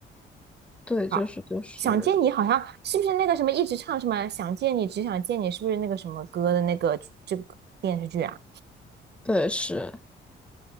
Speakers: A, in the centre; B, on the right.
A: 对，
B: 好，
A: 就是就是
B: 想见你好像是不是那个什么一直唱什么想见你只想见你，是不是那个什么歌的那个这个电视剧啊？
A: 对是，